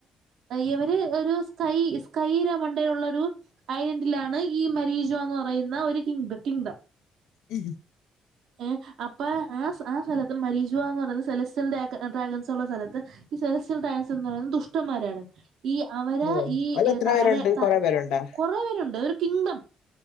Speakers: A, on the right; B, on the left.
A: ഇവര് ഒരു സ്കൈ സ്കൈനമണ്ടയുള്ള ഒരു അയ് ലാണ് ഈ മരീജോ എന്ന് പറയുന്ന ഒരു കി കിങ്ഡം
B: ഉം
A: ഏ അപ്പൊ ആ ആ സ്ഥലത്ത് മരീജുവ എന്ന് പറയുന്നത് സെലസ്റ്റ്യൽ ഡ ഡ്രാഗൻസ് ഉള്ള സ്ഥലത്ത് സെലസ്യൽ ടയൻസ് എന്ന് പറയുന്നത് ദുഷ്ടന്മാരാണ് ഈ അവരെ
B: ഓ
A: ഈ
B: അത് എത്ര
A: താഴെ
B: പേരുണ്ട്
A: ത
B: കുറെ പേരുണ്ടോ
A: കൊറേ പേരുണ്ട് കിങ്ഡം